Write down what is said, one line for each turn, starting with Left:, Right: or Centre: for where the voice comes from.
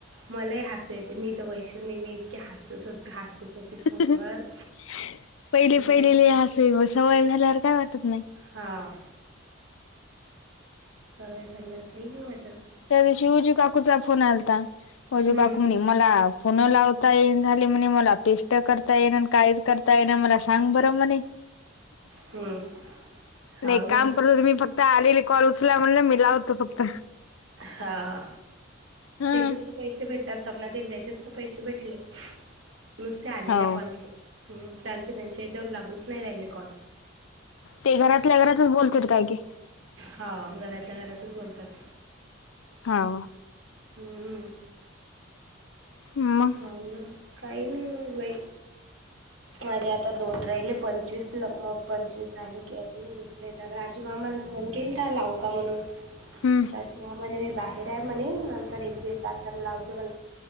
Right: मलाही हसू येते. मी तर वैशू नी मी इतके हसत होत हसत होती फोनवर
Left: पहिले
Right: हम्म
Left: पहिले लई हसू येवं, सवय झाल्यावर काय वाटत नाही.
Right: हां. सवय झाल्यावर काही नाही वाटत.
Left: त्या दिवशी, उजू काकूचा फोन आलता. उजू
Right: हम्म
Left: काकू
Right: हम्म
Left: म्हणे मला फोन लावता येईन झाले म्हणे मला, पेष्ट करता येईन आणि कायच कर ताई ना मला, सांग बरं म्हणे,
Right: हम्म, हाव
Left: एक
Right: ना
Left: काम करूनच मी फक त आलेले कॉल उचला म्हणलं, मी लावतो फक्त.
Right: हा,
Left: हं
Right: त्येच्या स पैसे भेटतात सपना ताईला त्याचेच तर पैसे भेटले, नुसते आलेल्या
Left: हो
Right: कॉलचे. हम्म त्यांचे त्यांच्या हेच्यावर लागूच नाही राहिले कॉल.
Left: ते घरातल्या घरातच बोलतेत काय की.
Right: हां घरातल्या घरातच बोलतात ते.
Left: हौ.
Right: हम्म
Left: हम्म म.
Right: हावू न काही नाही मग बाई, माझे आता दोन राहिले. पंचवीस ल मग पंचवीस झाले की, अजून दुसरें येतात. राजूमामाला फोन केलता, लावू का म्हणून. <inaudible>
Left: हम्म.
Right: राजुमामा म्हणे, मी बाहेर आहे म्हणे, नंतर एक दीड तासाला लावजो म्हणे.